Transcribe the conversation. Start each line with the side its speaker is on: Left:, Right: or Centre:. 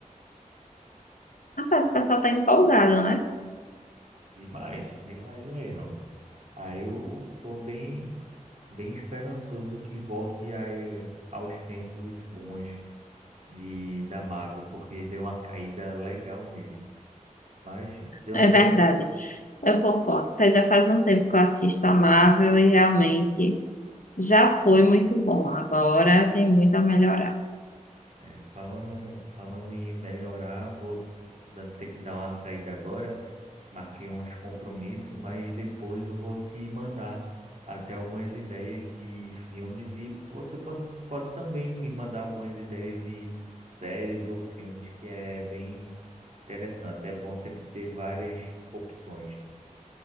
Left: Rapaz, o pessoal tá empolgado, né?
Right: Demais, demais mesmo. Aí eu tô bem, bem esperançoso que volte a, eh, aos tempos bons de, da Marvel, porque deu uma caída legal mesmo. Mas deu
Left: É
Right: até.
Left: verdade. Eu concordo. Você já faz um tempo que eu assisto a Marvel e realmente já foi muito bom. Agora tem muito a melhorar.
Right: é, falando, um, falando em melhorar, vou dar- ter que dar uma saída agora. marquei uns compromissos, mas depois eu vou te mandar até algumas ideias de filmes e você pode, pode também me mandar algumas ideias de séries ou filmes, que é bem interessante. É bom sempre ter várias opções.